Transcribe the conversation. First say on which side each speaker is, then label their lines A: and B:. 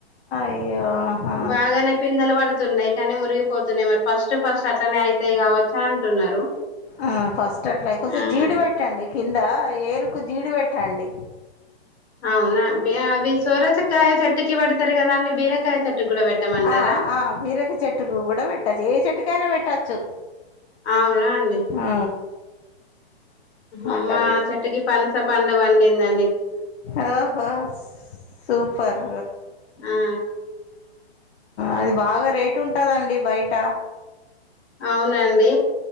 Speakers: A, on the left; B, on the left.
A: అయ్యో ఆహా
B: బాగానే పిందలు పడుతున్నాయి కానీ మురిగిపోతున్నాయి మరి ఫస్ట్ ఫస్ట్ అట్లనే అవుతాయి కావ చా అంటున్నారు
A: ఆ ఫస్ట్ అట్లా కొంచెం
B: ఆ
A: జీడి పెట్టండి కింద ఏరుకు జీడు పెట్టండి
B: అవునా బ అవి సోరచకాయ చేట్టుకి పడతారు కదా అం బీరకాయ చెట్టుకి కూడా పెట్టమంటారా
A: ఆ ఆ బీరక చెట్టుకు కూడా పెట్టచ్చు ఏ చెట్టుకైనా పెట్టచ్చు
B: అవునా అడి
A: ఆ
B: ఆ
A: అట్లా
B: మా చెట్కి పనస పండు వండిందా
A: ఆఓహో సూపర్
B: ఆ
A: అది బాగా రేటు ఉంటుందండి బయట
B: అవునండి